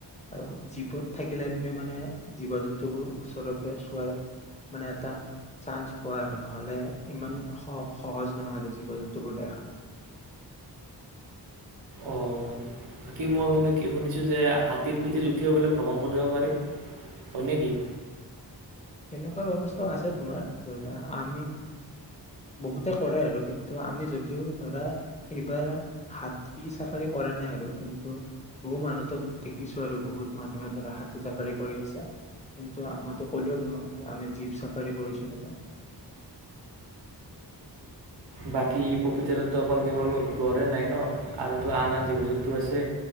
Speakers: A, on the left; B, on the right.
A: আৰু জীপত থাকিলে তুমি মানে জীৱ জন্তুবোৰ ওচৰৰ পৰা চোৱাৰ মানে এটা চান্স পোৱা আৰু নহলে ইমান স সহজ নহয় আৰু জীৱ জন্তুবোৰ দেখা।
B: অ'। বাকী মই শু শুনিছো যে হাতীৰ পিঠিত উঠিবলৈ ভ্ৰমণ কৰিব পাৰি হয় নে কি?
A: সেনেকুৱা ব্যৱস্থাও আছে তোমাৰ ধৰা আমি বহুতে কৰে আৰু কিন্তু আমি যদিও ধৰা এইবাৰ হাতী চাফাৰী কৰা নাই আৰু কিন্তু বহু মানুহতক দেখিছো আৰু বহুত মানুহে ধৰা হাতী চাফাৰী কৰি আছে। ন্তু মইতো কলো তোমাক যে আমি জীপ চাফাৰী কৰিছো ততে।
B: বাকী পপীতাৰাতো অকল কেৱল গঢ়ে নাই ন আৰুতো আন আন জীৱ জন্তু আছে